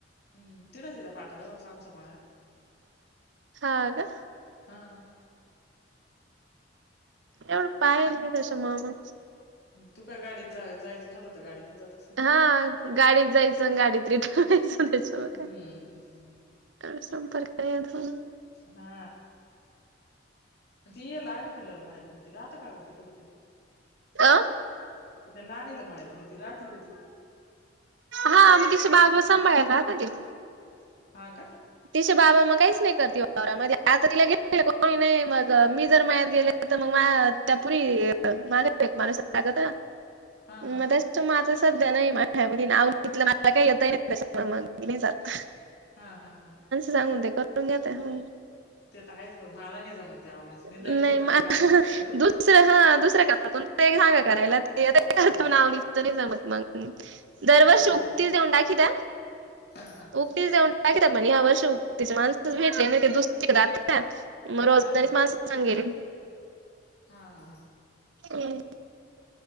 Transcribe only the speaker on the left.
हम्म तिड तिरा पाठाात चांस मळा
हा
तू का गाडीत जा जायचं ठरलं तर गाडीतच जातस
हम्म
हा म येला आगपल म्याात निेत राहातक आगते कध कधी
त्या लाणीला मळत नाहीती राात कधी
हा का
हा हा
हा हा हा
ते आता आहेच ब मला नाही जमत ते आवणीच निंदा
खुरपायचं लागल तसं करील
हा
आमच्या नाही
जमत
हा हा
हा हा
हा हा